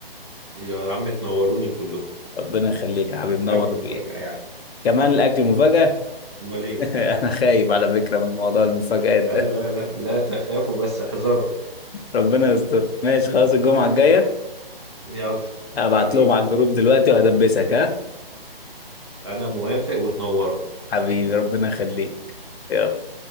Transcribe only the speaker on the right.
يا عم تنوروني كلكم
والأكل
مفاجأة
يعني
أمال إيه؟
لا
لا لا لا تخافوا بس احذروا
يلا
حبيبي
أنا موافق وتنوروا